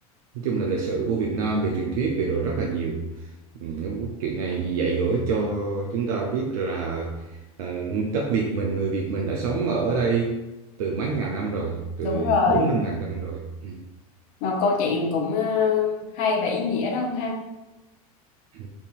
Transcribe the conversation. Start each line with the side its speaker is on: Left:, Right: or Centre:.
Right: nói chung là lịch sử của Việt Nam về truyền thuyết về đồ rất là nhiều ừ, những chuyện này dạy dỗ cho chúng ta biết là ờ, đất Việt mình người Việt mình đã sống ở đây từ mấy ngàn năm rồi từ
Left: đúng rồi,
Right: bốn năm ngàn năm rồi ừ.
Left: một câu chuyện cũng ờ, hay và ý nghĩa đó không ha?
Right: Ừ.